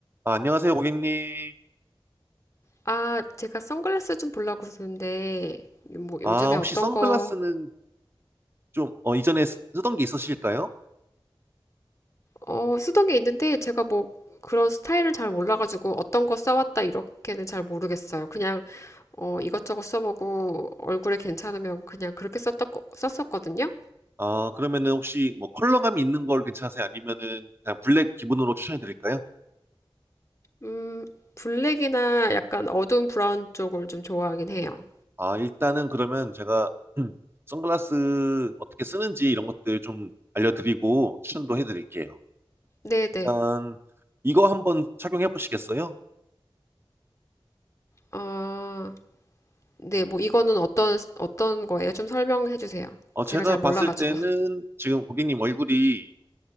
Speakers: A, on the right (about 25°); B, on the left (about 30°).
A: 아, 안녕하세요, 고객님.
B: 아, 제가 선글라스 좀 보려고 그러는데, 뭐
A: 아,
B: 요즘에
A: 혹시
B: 어떤
A: 선글라스는
B: 거,
A: 좀, 어, 이전에 쓰- 쓰던 게 있으실까요?
B: 어, 쓰던 게 있는데, 제가 뭐 그런 스타일을 잘 몰라가지고 어떤 거 써왔다 이렇게는 잘 모르겠어요. 그냥, 어, 이것저것 써보고 얼굴에 괜찮으면 그냥 그렇게 썼던, 거- 썼었거든요.
A: 아, 그러면은 혹시 뭐 컬러감이 있는 걸 괜찮으세요? 아니면은 그냥 블랙 기본으로 추천해 드릴까요?
B: 음, 블랙이나 약간 어두운 브라운 쪽을 좀 좋아하긴 해요.
A: 아, 일단은 그러면 제가 <clears throat> 음, 선글라스 어떻게 쓰는지 이런 것들 좀 알려드리고 추천도 해 드릴게요.
B: 네네.
A: 일단 이거 한번 착용해 보시겠어요?
B: 아, 네, 뭐 이거는 어떤, 어떤 거예요? 좀 설명해 주세요.
A: 어, 제가
B: 제가 잘 몰라가지고.
A: 봤을 때는 지금 고객님 얼굴이